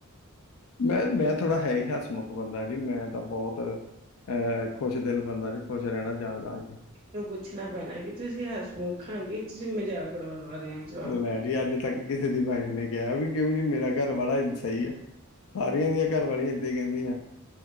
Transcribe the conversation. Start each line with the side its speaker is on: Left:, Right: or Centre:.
Left: ਮੈਂ' ਮੈਂ ਥੋੜਾ ਹੈ ਹੀ ਹੱਸਮੁੱਖ ਬੰਦਾ ਜੀ ਮੈਂ ਤਾਂ ਬਹੁਤ ਅਹ ਖੁਸ਼ ਦਿਲ ਬੰਦਾ ਜੀ ਖੁਸ਼ ਰਹਿਣਾ ਚਾਂਦਾ ਜੀ।
Right: ਨੂੰ ਪੁੱਛਣਾ ਪੈਣਾ ਕਿ ਤੁਸੀਂ ਹਸ ਮੁਖ ਆਂਗੇ ਤੁਸੀਂ ਮਜ਼ਾਕ ਉਡਾਉਣ ਵਾਲੇ ਆ? ਜਵਾ
Left: ਲੈ ਜੀ ਅੱਜ ਤੱਕ ਕਿਸੇ ਦੀ ਬਾਈਫ ਨੇ ਕਿਹਾ ਵੀ ਕਿਉਂ ਜੀ ਮੇਰਾ ਘਰ ਵਾਲਾ ਸਈ ਆ। ਸਾਰੀਆਂ ਦੀਆਂ ਘਰਵੀਆਂ ਏਦਾਂ ਈ ਕਹਿੰਦੀਆਂ,